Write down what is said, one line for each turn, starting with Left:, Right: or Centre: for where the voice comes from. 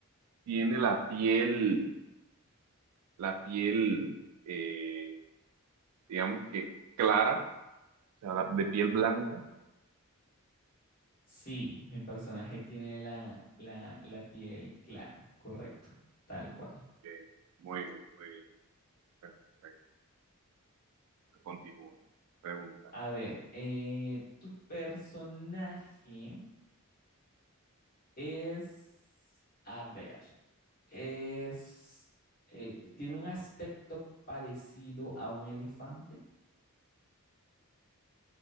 Right: tiene la piel, la piel, eh, digamos que clara, o sea, la- de piel blanca.
Left: sí, mi personaje tiene la, la, la piel clara, correcto, tal cual.
Right: Ok, Muy bien, muy bien. Perfecto. Continúa. Pregúntame.
Left: A ver, eh, tu personaje es, a ver, es, eh, tiene un aspecto parecido a un elefante.